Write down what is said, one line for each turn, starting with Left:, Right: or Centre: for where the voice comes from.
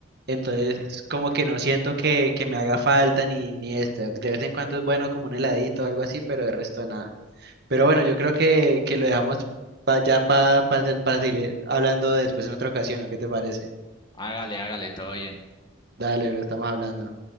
Right: Entonces, como que no siento que, que me haga falta ni, ni esto. De vez en cuando es bueno como un heladito o algo así, pero de resto nada. Pero bueno,
Left: Ah,
Right: yo creo que, que lo dejamos pa- ya pa- pa hacer- para seguir hablando después en otra ocasión, ¿o qué te parece?
Left: hágale, hágale, todo bien.
Right: Dale, bro, estamos hablando.